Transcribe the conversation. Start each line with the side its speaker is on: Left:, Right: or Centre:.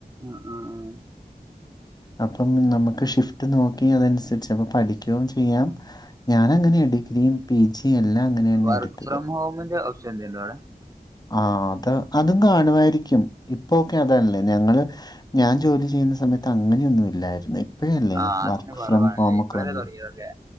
Right: ഉം, ഉം, ഉം.
Left: അപ്പം നമുക്ക് ഷിഫ്റ്റ് നോക്കി അതനുസരിച്ച് അപ്പ പഠിക്കുവയും ചെയ്യാം? ഞാനങ്ങനയ ഡിഗ്രിയും, പി ജിയും, എല്ലാം അങ്ങനെയന്നയ
Right: വർക്ക്
Left: എടുത്തത്.
Right: ഫ്രം ഹോമിന്റെ ഓപ്ഷൻ എന്തേണ്ടോ അവിടെ
Left: ആഹ്, അത് അതും കാണുവായിരിക്കും. ഇപ്പൊക്കെ അതല്ലേ? ഞങ്ങള്. ഞാൻ ജോലി ചെയ്യുന്ന സമയത്ത് അങ്ങനെയൊന്നും ഇല്ലായിരുന്നേ. ഇപ്പഴല്ലേ?
Right: ആഹ് അന്ന്
Left: വർക്ക്
Right: കുറവാണല്ലേ
Left: ഫ്രം ഹോമക്കെ
Right: ഇപ്പഴല്ലേ
Left: വന്നേ?
Right: തുടങ്ങിയതൊക്കെ